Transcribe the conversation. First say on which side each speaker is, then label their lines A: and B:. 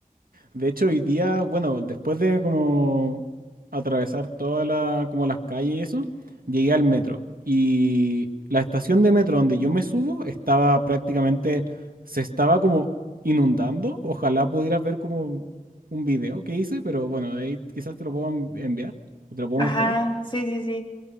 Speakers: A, on the right; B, on the left.
A: de hecho hoy día, bueno, después de como atravesar todas la, como las calles y eso, llegué al metro. Y la estación de metro donde yo me subo estaba prácticamente, se estaba como inundando. Ojalá pudieras ver como un video que hice, pero bueno, de ahí quizás te lo puedo en- enviar o te lo puedo
B: Ajá,
A: mostrar.
B: sí, sí, sí.